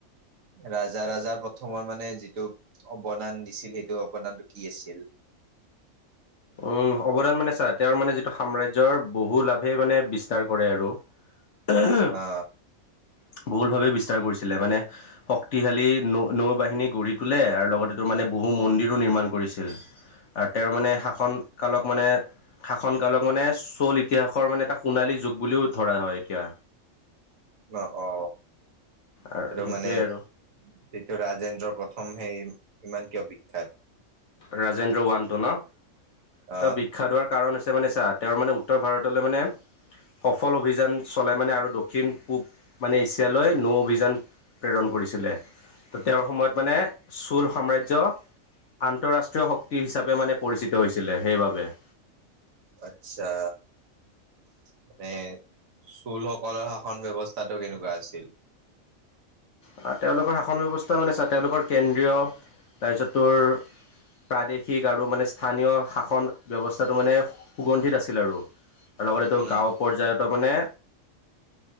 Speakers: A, on the right; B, on the left.
A: ৰাজা ৰাজাৰ প্ৰথমৰ মানে যিটো অৱদান দিছিল সেইটো অৱদানটো কি আছিল?
B: উম অৱদান মানে চা তেওঁৰ মানে যিটো সাম্ৰাজ্যৰ বহু লাভে মানে বিস্তাৰ কৰে আৰু। বহুলভাৱে
A: অ
B: বিস্তাৰ কৰিছিলে মানে শক্তিশালী নৌ-বাহিনী গঢ়ি তোলে আৰু লগতে তাৰ মানে বহু মন্দিৰো নিৰ্মাণ কৰিছিল।
A: উ <inaudible>
B: তাতে আৰু মানে শাসনকালক মানে শাসন কালক মানে চ'ল ইতিহাসৰ মানে এটা সোণালী যুগ বুলিও ধৰা হয় এতিয়া
A: অ অ
B: আৰু
A: এইটো
B: সেইটোৱে
A: মানেজ
B: আৰু
A: যিটো ৰাজেন্দ্ৰৰ প্ৰথম সেই ইমান কিয় বিখ্যাত
B: ৰাজেন্দ্ৰ ওৱানটো ন ত
A: আহ
B: বি খ্যাত হোৱাৰ কাৰণ হৈছে মানে চা তেওঁৰ মানে উত্তৰ ভাৰতলৈ মানে সফল অভিযান চলোই মানে আৰু দক্ষিণ পূব মানে এছিয়ালৈ নৌ অভিযান প্ৰেৰণ কৰিছিলে ত তেওঁৰ সময়ত মানে চোল সাম্ৰাজ্য আন্তঃৰাষ্ট্ৰীয় শক্তি হিচাপে মানে পৰিচিত হৈছিলে সেইবাবে
A: আচ্ছা মানে চুলসকলৰ শাসন ব্যৱস্থাতটো কেনেকুৱা আছিল
B: আ তেওঁলোকৰ শাসন ব্যৱস্থা মানে চা তেওঁলোকৰ কেন্দ্ৰীয় ৰাজ্যটোৰ প্ৰাদেশিক আৰু মানে স্থানীয় শাসন ব্যৱস্থাটো মানে সুগন্ধিত আছিল আৰু আৰু লগতে তটো
A: উম
B: গাঁও পৰ্যায়তো মানে